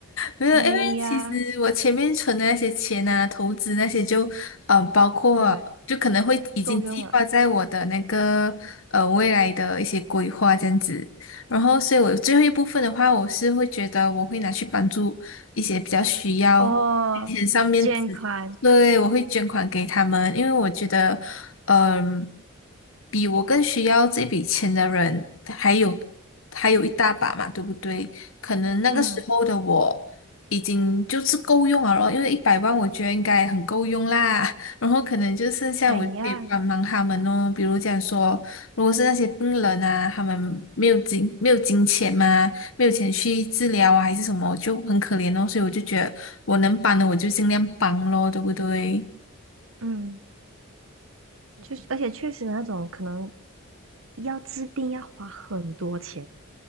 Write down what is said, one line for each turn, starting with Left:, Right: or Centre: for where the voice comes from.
Left: 没有，
Right: 哎呀，
Left: 因为其实我前面存的那些钱啊，投资那些就，呃，包括就可能会已经计划在我的那个呃未来的一些规划这样子。
Right: 哦够用了，
Left: 然后，所以我最后一部分的话，我是会觉得我会拿去帮助一些比较需要金钱上面子，
Right: 哦捐款，
Left: 对，我会捐款给他们，因为我觉得，嗯、比我更需要这笔钱的人还有还有一大把嘛，对不对？可能那个时候的我已经就是够用了后因为一百万我觉得应该很够用啦。
Right: 嗯
Left: 然后可能就剩下我可以帮忙他们哦，
Right: 可以呀、
Left: 比如讲说，如果是那些病人啊，他们没有金没有金钱嘛，没有钱去治疗啊，还是什么，就很可怜哦。所以我就觉得我能帮的我就尽量帮咯，对不对？
Right: 嗯。就是，而且确实那种可能要治病要花很多钱。